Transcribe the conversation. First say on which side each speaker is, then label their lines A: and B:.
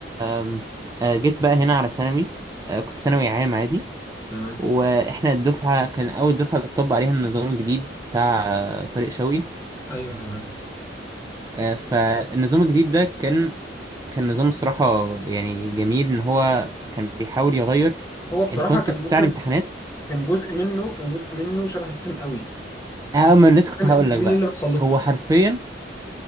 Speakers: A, on the right (about 20°); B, on the left (about 15°).
A: آم، آه، جيت بقى هنا على ثانوي آه، كنت ثانوي عام عادي
B: تمام
A: وإحنا الدفعة كان أول دفعة بتطبق عليها النظام الجديد بتاع آه، طارق شوقي
B: ايوه تمام
A: آه، فالنظام الجديد ده كان كان نظام الصراحة يعني جميل إن هو كان بيحاول يغير
B: هو بصراحه
A: الكونسيبت
B: كان ممكن
A: بتاع الامتحانات
B: كان جزء منه كان جزء منه شبه ستيم قوي
A: اه
B: فاحنا
A: ما أنا لسه كنت هقول
B: احنا فاهمين
A: لك بقى
B: ايه اللي بيحصل لكم
A: هو حرفيا